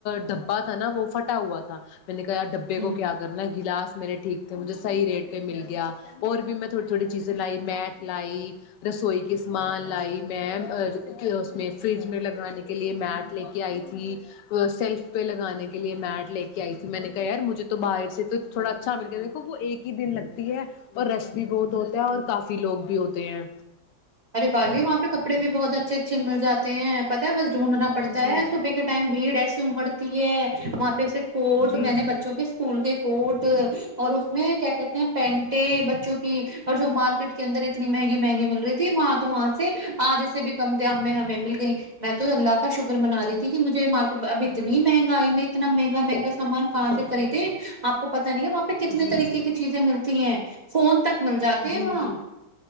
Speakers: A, on the left; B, on the right.
A: ڈھبا تھا نا وہ پھٹا ہوا تھا میں نے کہا ڈبے کو
B: ہ
A: کیا کرنا ہے گلاس میرے ٹھیک تھے مجھے صحیح ریٹ پہ مل گیا اور بھی میں تھوڑی تھوڑی چیزیں لائی میٹ لائی رسوئی کے سامان لائی میں اس میں فریج میں لگانے کے لیے میٹ لے کے آئی تھی سیلف پہ لگانے کے لیے میٹ لے کے آئی تھی میں نے کہا یار مجھے تو باہر سے تو تھوڑا اچھا مل گیا دیکھو وہ ایک ہی دن لگتی ہے اور رش بھی بہت ہوتا ہے اور کافی لوگ بھی ہوتے ہیں
B: ار باجی وہاں پہ کپڑے بھی بہت اچھے اچھےل جاتے ہیں پتہ ہے بس ڈھونڈنا پڑتا
A: جی
B: ہے صبح کے ٹائم بھیڑ ایسی امڑتی ہے وہاں پہ سے کوٹ
A: جی
B: میں نے بچوں کے پکول کے کوٹ اور اس میں کیا کہتے ہیں پینٹے بچوں کی اور جو مارکیٹ کے اندر اتنی مہنگی مہنگی مل رہی ت وہاں تو وہاں سے آج سے بھی کم دام میں ہمیں مل گئی میں تو اللہ کا شکر منا رہی تھی کہ مجھے مارکیٹ اب اتنی مہنگائی میں اتنا مہنگا مہنگا سامان کہاں سے خریدے آپ کو پت نہیں ہے وہاں پہ کتنے
A: جی
B: طریقے
A: جی
B: کی چیزیں ملتی ہیں فون تک مل جاتے
A: جی
B: ہیں وہاں
A: جی